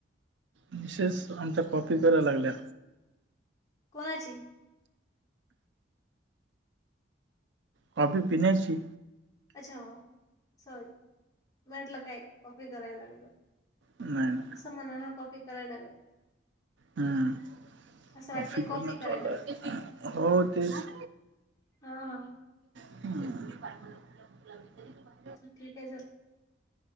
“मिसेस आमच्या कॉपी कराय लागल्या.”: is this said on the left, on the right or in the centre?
Right